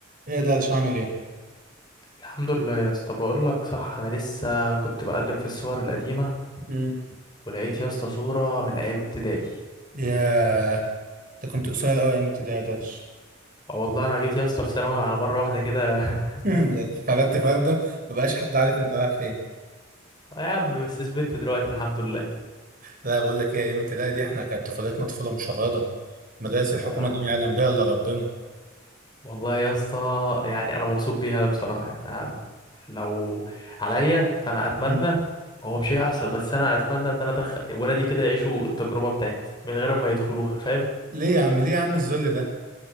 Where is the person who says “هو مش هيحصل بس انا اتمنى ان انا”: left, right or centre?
Left